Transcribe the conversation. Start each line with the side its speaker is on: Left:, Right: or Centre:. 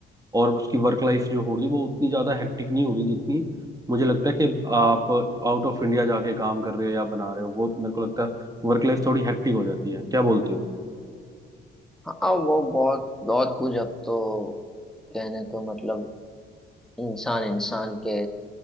Right: और उसकी वर्क लाइफ जो होगी वो उतनी ज्यादा हेक्टिक नहीं होगी जितनी मुझे लगता है कि आप आउट ऑफ इंडिया जाके काम कर रहे हो या बना रहे हो वो मेरे को लगता है वर्क लाइफ थोड़ी हेक्टिक हो जाती है क्या बोलते हो
Centre: हाँ वो बहुत बहुत कुछ अब तो कहने को मतलब इंसान इंसान के